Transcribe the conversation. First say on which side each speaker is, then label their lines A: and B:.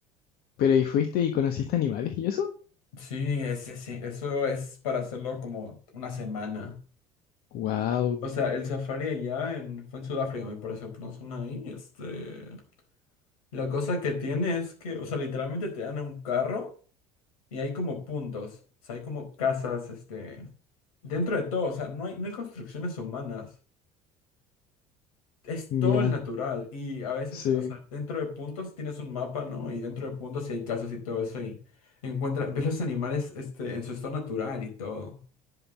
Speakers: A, on the left; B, on the left.
A: Pero ¿y fuiste y conociste animales y eso?
B: Sí, ese, sí, eso es para hacerlo como una semana.
A: Wow.
B: O sea, el safari allá en, fue en Sudáfrica, me parece, por una zona ahí. Este, la cosa que tiene es que, o sea, literalmente te dan un carro y hay como puntos. O sea, hay como casas, este, dentro de todo. O sea, no hay, no hay construcciones humanas. Es
A: Ya,
B: todo el natural y a veces,
A: sí.
B: o sea, dentro de puntos tienes un mapa, ¿no? Y dentro de puntos sí hay casas y todo eso y encuentra, ves los animales este, en su estado natural y todo.